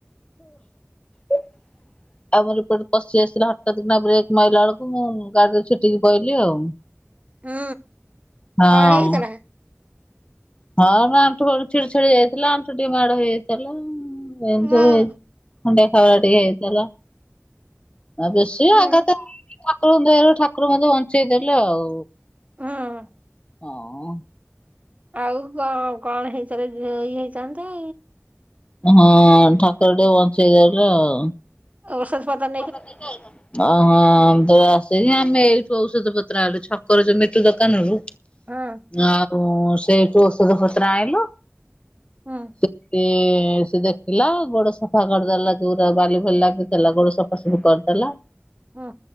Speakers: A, on the left; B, on the right.
A: <inaudible> ଆମ ଏପରୁ ପଶି ଆସିଲା ହଠାତ୍ କିନା ବ୍ରେକ୍ ମାରିଲା ବେଳକୁ ମୁଁ ଗାଡି ରେ ଛିଟିକି ପଇଲି ଆଉ।
B: ହୁଁ
A: ହଁ
B: କଣ ହେଇଥିଲା?
A: ହଁ ନା ଆଣ୍ଠୁ ଗୋଡ଼ ଛିଡି ଛାଡି ଯାଇଥିଲା ଆଣ୍ଠୁ ଟିକେ ମାଡ ହେଇଯାଇଥିଲା ଏମିତି
B: ହଁ
A: ସବୁ। ଖଣ୍ଡିଆ ଖାବରା ଟିକେ ହେଇଥିଲା, ଆ ବେଶ
B: ହୁଁ
A: ଆଘାତ ତମ ଦୟାରୁ ଠାକୁର ମତେ ବଞ୍ଚେଇ ଦେଲେ ଆଉ।
B: ହୁଁ।
A: ଆଉ।
B: ଆଉ କଣ, କଣ ହେଇସାରେ ଘିଅ ହେଇଥାନ୍ତି।
A: ମନେ ଠାକୁର ଟିକେ ବଞ୍ଚେଇ ଦେଲେ ଆଉ।
B: ଔଷଧ ପତର।
A: <unintelligible> ଆଇଲ। ଅହଁ ତ ଆସିକି ଆମେ ଏଇଠୁ ଔଷଧ ପତ୍ର ଆଇଲୁ ଛକରୁ ଯୋଉ ମିଟୁ ଦୋକାନରୁୁ
B: ହୁଁ
A: ଆଉ ସେଇଠୁ ଓଷଦପତ୍ର ଆଇଁଲୁ
B: ହୁଁ
A: ସେ ସେ ଦେଖ ଥିଲା, ଗୋଡ ସଫା କରିଦେଲା ଯୋଉରା ବାଲି ଫାଲି ଲାଗିଥିଲା ଗୋଡ ସଫା ସୁଫି କରିଦେଲା।
B: ଉଁ